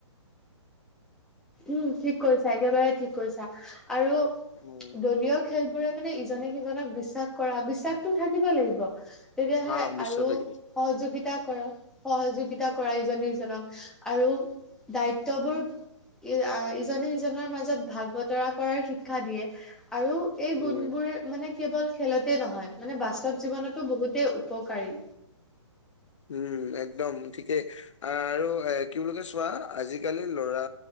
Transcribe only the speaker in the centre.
উম ঠিক কৈছা একেবাৰে ঠিক কৈছা আৰু
দলীয় খেলবোৰে মানে ইজনে সিজনক বিশ্বাস কৰা, বিশ্বাসটো থাকিব লাগিব। তেতিয়াহে
আৰু
সহযোগিত তা কৰা সহযোগিতা কৰা ইজনে সিজনক, আৰু দায়িত্ববোৰ ই য়া ইজনে সিজনৰ মাজত ভাগ বতৰা কৰাৰ শিক্ষা দিয়ে আৰু
এই গুণবোৰ মানে কেৱল খেলতে নহয় মানে বাস্তৱ জীৱনতো বহুতেই উপকাৰী।